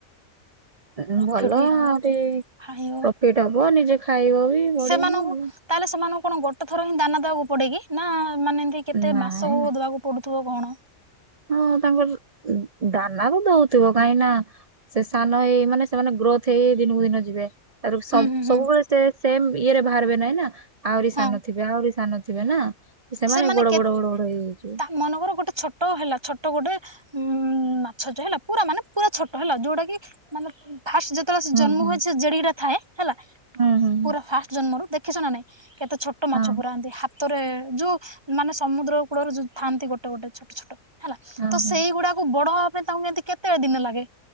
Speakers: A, on the right (about 40°); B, on the right (about 20°).
A: ହଁ ଭଲ
B: ପ୍ରଫିଟ ବି ହବ
A: ଆଉରି
B: ହାଇବ
A: ପ୍ରଫିଟ ହବ, ନିଜେ ଖାଇବ ବି ବଢିଆ
B: ସେମାନଙ୍କୁ
A: ନା ଆଉ।
B: ତାହେଲେ ସେମାନଙ୍କୁ କଣ ଗୋଟେ ଥର ହିଁ ଦାନା ଦେବାକୁ ପଡେ କିି? ନା ମାନେ ଏମତି କେତେ
A: ନାଇଁ
B: ମାସକୁ
A: ନାଇଁ
B: ଦବାକୁ ପଡୁ ଥିବ କଣ?
A: ହଁ ହଁ ତାଙ୍କର ଦ ଦାନା ତ ଦଉଥିବ କାଇଁକିନା ସେ ସାନ ହେଇ ମାନେ ସେମାନେ ଗ୍ରୋଥ ହେଇ ହେଇ ଦିନକୁ ଦିନ ଯିବେ, ତାପରକୁ
B: ହୁଁ
A: ସବୁ
B: ହୁଁ ହୁଁ
A: ସବୁବେଳେ ସେ ସେମ୍ ଇଏରେ ବାହାରିବେ ନାଇଁ ନା? ଆହୁରି
B: ହଁ
A: ସାନ ଥିବେ ଆହୁରି ସାନ ଥିବେ ନା?
B: ସେମାନେ
A: ବଡ
B: କେତ୍
A: ବଡ ବଡ ବଡ ହେଇଯାଇଥିବେ।
B: ତା ମନକର ଗୋଟେ ଛୋଟ ହେଲା ଛୋଟ ଗୋଟେ ଉଁ ମାଛ ଟେ ହେଲା ପୁରା ମାନେ ପୁରା ଛୋଟ ହେଲା ଯୋଉଟା କି ମାନେ ଉଁ ଫାଷ୍ଟ ଯେତେବେଳେ ସେ
A: ହୁଁ
B: ଜନ୍ମ
A: ହୁଁ
B: ହୁଏ ସେ ଜେଡି଼ଟା ଥାଏ ହେଲା
A: ହୁଁ ହୁଁ।
B: ପୁରା ଫାଷ୍ଟ ଜନ୍ମରୁ ଦେଖିଛ ନା ନାଇଁ? କେତେ ଛୋଟ
A: ହଁ
B: ମାଛ ପୁରା ଏନ୍ତି ହାତରେ- ଯୋଉ ମାନେ ସମୁଦ୍ର କୂଳରୁ ଯୋଉ ଥାଆନ୍ତି ଗୋଟେ ଗୋଟେ ଛୋଟ ଛୋଟ। ହେଲା
A: ହଁ
B: ତ
A: ହଁ
B: ସେଇ ଗୁଡ଼ାକୁ ବଡ଼ ହବା ପାଇଁ ତାଙ୍କୁ ଏମତି କେତେଟି ଦିନ ଲାଗେ?